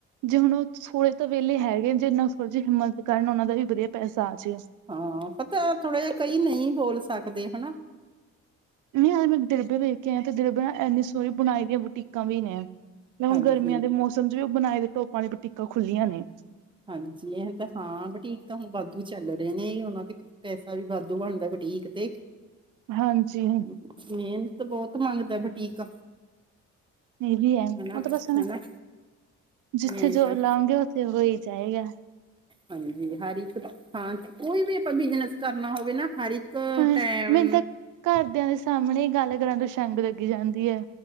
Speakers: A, on the right; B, on the right.
A: ਜੇ ਹੁਣ ਥੋੜ੍ਹੇ ਤਾਂ ਵਿਹਲੇ ਹੈਗੇ, ਜੇਨ ਹੀ ਹਿੰਮਤ ਕਰਨ ਉਹਨਾ ਦਾ ਵੀ ਵਧੀਆ ਪੈਸਾ ਆ ਜ਼ੇ
B: ਹਾਂ, ਪਤਾ ਥੋੜ੍ਹਾ ਜਿਹਾ, ਕਈ ਨਹੀਂ ਬੋਲ ਸਕਦੇ ਹਨਾ।
A: <unintelligible> ਮੈਂ ਦਿਰਬੇ ਵੇਖ ਕੇ ਆਈ, ਤੇ ਦਿਰਬੇ ਨਾ ਏਨੀ ਸੋਹਣੀ ਬਣਾਈ ਦੀਆਂ ਬੁਟੀਕਾਂ ਨੇ। ਤੇ ਹੁਣ,
B: ਹਾਂਜੀ
A: ਗਰਮੀਆਂ ਦੇ ਮੌਸਮ ਚ ਵੀ ਉਹ ਬੁਣਾਈ ਦੇ ਟੋਪਾਂ ਦੀ ਬੁਟੀਕਾਂ ਖੁੱਲ੍ਹੀਆਂ ਨੇ।
B: ਹਾਂਜੀ, ਏਹ ਤਾਂ, ਹਾਂ, ਬੁਟੀਕ ਤਾਂ ਹੁਣ ਵਾਧੂ ਚੱਲ ਰਹੇ ਨੇ, ਉਹਨਾਂ ਤੇ ਪੈਸਾ ਵੀ, ਵਾਧੂ ਬਣਦਾ ਬਟੀਕ ਤੇ।
A: ਹਾਂਜੀ।
B: ਮਿਹਨਤ, ਬਹੁਤ ਮੰਗਦਾ ਬਟੀਕ।
A: ਇਹ ਵੀ ਐ। ਉਹ
B: ਹਨਾ
A: ਤਾਂ ਬਸ, ਜਿੱਥੇ
B: ਮਿਹਨਤ
A: ਜੋਰ ਲਾਉਂਗੇ, ਉੱਥੇ ਹੋ ਈ ਜਾਏਗਾ।
B: ਹਾਂਜੀ, ਹਰ ਇੱਕ ਥਾਂ ਚ, ਕੋਈ ਵੀ ਅਪਾਂ ਬਿਜਨਸ ਕਰਨਾ ਹੋਵੇ ਨਾ, ਹਰ ਇੱਕ
A: ਹ
B: ਟੈਮ
A: ਮੈਨੂੰ ਤਾਂ ਘਰਦਿਆਂ ਦੇ ਸਾਹਮਣੇ ਈ, ਗੱਲ ਕਰਨ ਤੋਂ ਸ਼ੰਗ ਲੱਗੀ ਜਾਂਦੀ ਐ।